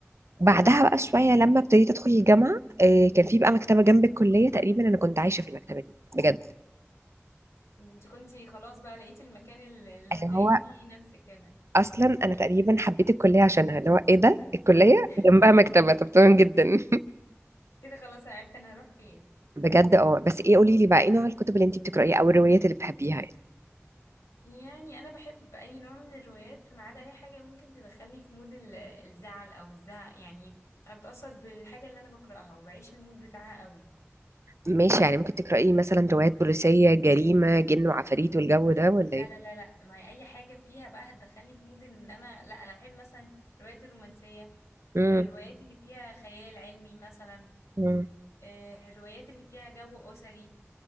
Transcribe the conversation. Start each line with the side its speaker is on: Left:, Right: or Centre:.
Right: بعدها بقى شوية لما ابتديت أدخل الجامعة آه، كان في بقى مكتبة جنب الكلية تقريبا أنا كنت عايشة في المكتبة دي بجد
Left: انت كنتي خلاص بقى لقيتي المكان اللي اللي
Right: اللي
Left: هتلاقي
Right: هو
Left: فيه نفسك هنا
Right: أصلا أنا تقريبا حبيت الكلية عشانها اللي هو إيه ده الكلية
Left: <laughs>
Right: جنبها مكتبة طب تمام جدا
Left: كده خلاص عرفت انا هروح فين
Right: <laughs> بجد اه بس إيه قولي لي بقى إيه نوع الكتب اللي أنت بتقرأيها أو الروايات اللي بتحبيها
Left: يعني انا بحب اي نوع من الروايات فما عدا اي حاجه ممكن تدخلني في مود ال- الزعل او الزهق يعني انا بتاثر بالحاجه اللي انا بقراها وبعيش المود بتاعها قوي
Right: ماشي يعني ممكن تقرأي مثلا روايات بوليسية جريمة جن وعفاريت والجو ده ولا
Left: لا
Right: ايه
Left: لا لا لا ما هي اي حاجه فيها بقى هتدخلني في مود ان انا لا انا بحب مثلا الروايات الرومانسيه
Right: امم
Left: الروايات اللي فيها خيال علمي مثلا
Right: امم
Left: آه، الروايات اللي فيها جو اسري